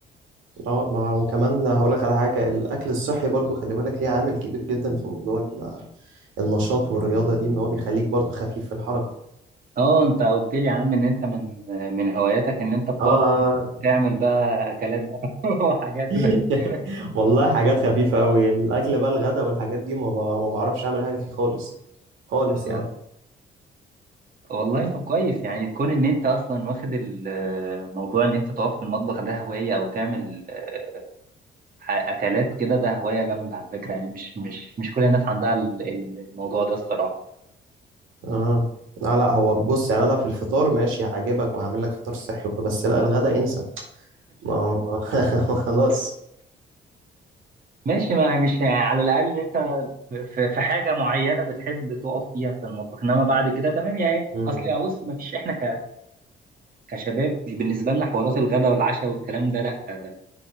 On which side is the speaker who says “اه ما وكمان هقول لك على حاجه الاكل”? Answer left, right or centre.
Right